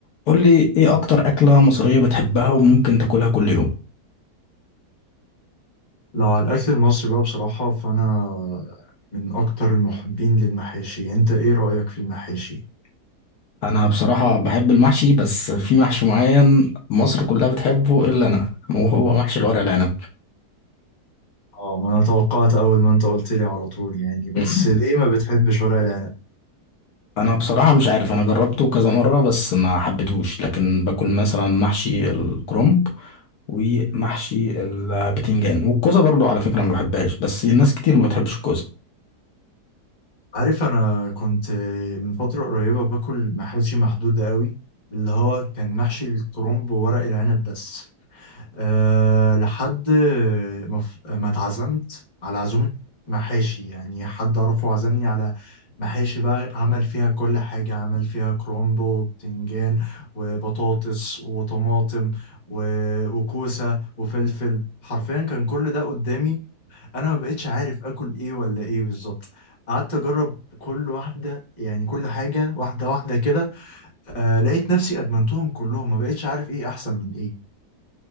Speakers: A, on the left; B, on the left.
A: قول لي ايه اكتر اكلة مصرية بتحبها وممكن تاكلها كل يوم
B: لو على الأكل المصري بقى بصراحة فأنا من أكتر المحبين للمحاشي أنت إيه رأيك في المحاشي؟
A: انا بصراحة بحب المحشي بس في محشي معين مصر كلها بتحبه الا انا وهو محشي الورق العنب
B: آه ما أنا توقعت أول ما أنت قلت لي على طول يعني بس
A: <laughs>
B: ليه ما بتحبش ورق العنب؟
A: انا بصراحة مش عارف انا جربته كذا مرة بس ما حبيتهوش لكن باكل مثلا محشي الكرنب ومحشي البتنجان والكوسة برضو على فكرة ما بحبهاش بس الناس كتير ما بتحبش الكوسة
B: عارف أنا كنت من فترة قريبة باكل محاشي محدودة قوي اللي هو كان محشي الكرنب وورق العنب بس أه لحد ما ف- ما اتعزمت على عزومة محاشي يعني حد أعرفه عزمني على محاشي بقى عمل فيها كل حاجة عمل فيها كرومبو وبتنجان وبطاطس وطماطم و- وكوسة وفلفل حرفيا كان كل ده قدامي أنا ما بقتش عارف آكل إيه ولا إيه بالظبط قعدت أجرب كل واحدة يعني كل حاجة واحدة واحدة كده أه لقيت نفسي أدمنتهم كلهم ما بقتش عارف إيه أحسن من إيه